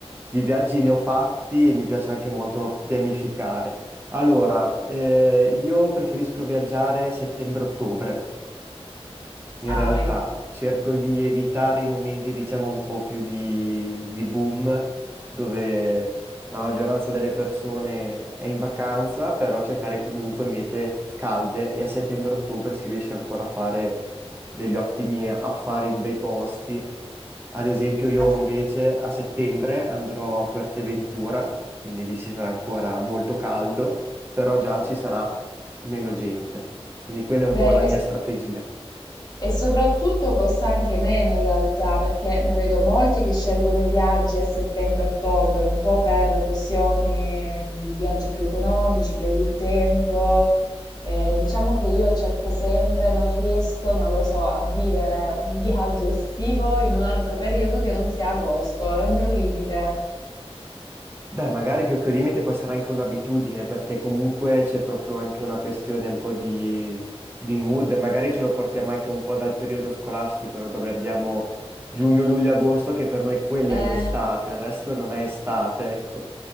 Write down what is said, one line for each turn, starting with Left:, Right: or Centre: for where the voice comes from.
Right: di viaggi ne ho fatti e mi piace anche molto pianificare. Allora, eh, io preferisco viaggiare settembre-ottobre. In
Left: Ah,
Right: realtà
Left: ecco.
Right: cerco di evitare i momenti, diciamo, un po' più di, di boom, dove la maggioranza delle persone è in vacanza, però cercare comunque mete calde e a settembre-ottobre si riesce ancora a fare degli ottimi affari in bei posti. Ad esempio io
Left: Ma sai
Right: invece
Left: che...
Right: a settembre andrò a Fuerteventura, quindi lì ci sarà ancora molto caldo, però già ci sarà meno gente. Quindi quella è un
Left: Bello,
Right: po' la
Left: e,
Right: mia strategia.
Left: e soprattutto costa anche meno in realtà, perché ne vedo molti che scelgono i viaggi a settembre-ottobre, un po' per questioni di viaggi più economici, per il tempo, Ehm, diciamo che io cerco sempre non riesco, non lo so, a vivere un viaggio estivo in un altro periodo che non sia agosto, è un mio limite.
Right: Beh, magari più che un limite può essere anche un'abitudine, perché comunque c'è proprio anche una questione un po' di, di mood, magari ce lo portiamo anche un po' dal periodo scolastico, no? Dove abbiamo giugno, luglio, agosto, che per noi quella
Left: Eh,
Right: è l'estate, il resto non è estate, ecco.